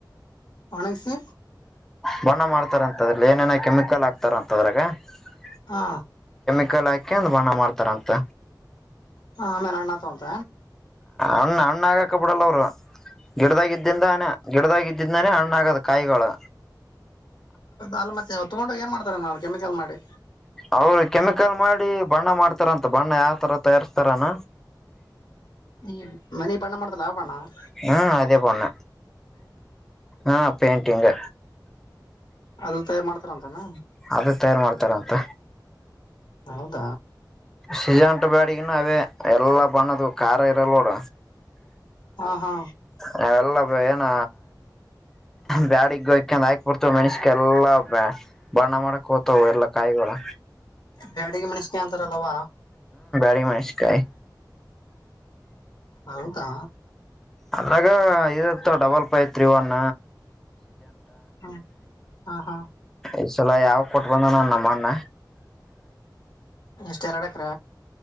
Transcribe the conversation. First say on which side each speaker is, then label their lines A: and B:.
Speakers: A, on the left (about 70°); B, in the centre.
A: ಒಣಗಿಸಿ
B: ಬಣ್ಣ ಮಾಡ್ತಾರಂತದ್ರಲ್ಲಿ ಏನೇನೋ ಕೆಮಿಕಲ್ ಹಾಕ್ತಾರ ಅಂತದ್ರಾಗ <unintelligible>
A: ಹಾ
B: ಕೆಮಿಕಲ್ ಹಾಕಿ ಬಣ್ಣ ಮಾಡ್ತಾರ ಅಂತ
A: ಹ ಆಮೇಲೆ ಹಣ್ಣು ಆಯ್ತವಂತ
B: ಹಣ್ಣ ಹಣ್ಣ ಆಗಕ ಬಿಡಲ್ಲ ಅವ್ರು ಗಿಡದಾಗಿದ್ದಿಂದಾನ ಹಣ್ಣೇ ಗಿಡದಾಗಿದ್ದ ಗಿಡದ ಮೇಲೇ ಹಣ್ಣು ಹಣ್ಣು ಆಗೋದು ಕಾಯಿಗಳು
A: ಅಲ್ ಮತ್ತೆ ತಗೊಂಡೋಗಿ ಏನ್ ಮಾಡ್ತಾರೆ ನಾವು ಕೆಮಿಕಲ್ ಮಾಡಿ
B: ಅವ್ರು ಕೆಮಿಕಲ್ ಮಾಡಿ ಬಣ್ಣ ಮಾಡ್ತಾರಂತ ಬಣ್ಣ ಯಾವ ತರ ತಯಾರಿಸ್ಥಾನ
A: ಈ ಮನಿ ಬಣ್ಣ ಮಾಡತರಲ್ಲ ಆ ಬಣ್ಣ ಬಣ್ಣ
B: ಹ್ಮ ಅದೇ ಬಣ್ಣ ಹ್ಮ ಪಿಂಟಿಂಗ್
A: ಅದು ತಯಾರ್ ಮಾಡ್ತಾರಂತಾನ
B: ಅದೇ ತಯಾರು ಮಾಡ್ತಾರ ಅಂತ
A: ಹೌದ
B: ಸಜಂಟ ಬ್ಯಾಡಗನು ಅವೇ ಎಲ್ಲಾ ಬನ್ನದು ಖಾರ ಇರಲ್ಲೋಡ
A: ಹಾ ಹಾ
B: ನಾವೆಲ್ಲ ಏನ ಬ್ಯಾಡಿಗೆ ಹಯಕ ಆಕ್ ಬಡ್ತವ ಮೆಣಸಕ ಎಲ್ಲಾ ಬ ಬಣ್ಣ ಮಾಡಕ್ ಹೋಗ್ತವು ಎಲ್ಲಾ ಕಾಯಿಗಳಗಳು
A: ಬ್ಯಾಡಿಗೆ ಮೆಣಸಿನಕಾಯಿ ಆವ
B: ಮೆಣಸಿನಕಾಯಿ
A: ಹೌದಾ
B: ಅದ್ರಾಗ ಇದು ಇರ್ತಾವ ಡಬಲ್ ಫೈವ ತ್ರೀ ಒನ್
A: ಹ್ಮ ಹಾ ಹಾ
B: ಈಸಲ ಯಾವ ಕೊಟ್ ಬಂದ ನ ನಮ್ಮ್ಣ
A: ಎಷ್ಟ ಎರಡಕ್ರ